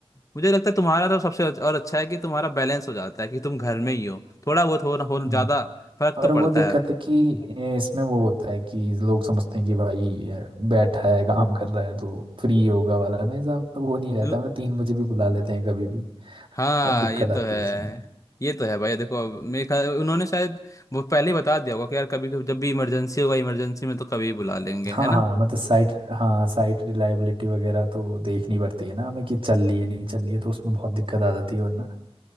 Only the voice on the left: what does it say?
मुझे लगता है तुम्हारा तो सबसे अच्छा- और अच्छा है कि तुम्हारा बैलेंस हो जाता है कि तुम घर में ही हो थोड़ा बहुत हो ना हो
ज्यादा फर्क
तो
पड़ता
है
ल-
हाँ
ये
तो है
ये तो है भाई देखो मेरे ख्याल उन्होंने शायद वो पहले ही बता दिया होगा कि यार कभी कभी जब भी इमरजेंसी होगा इमरजेंसी में तो कभी बुला लेंगे
है ना